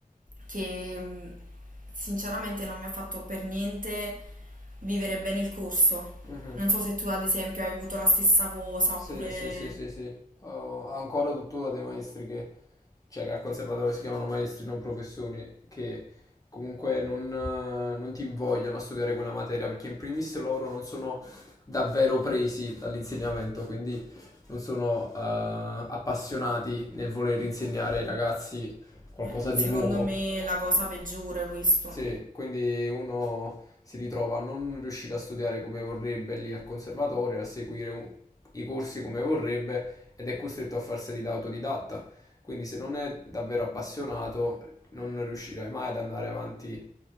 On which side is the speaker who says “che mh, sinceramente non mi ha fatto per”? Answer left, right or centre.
Right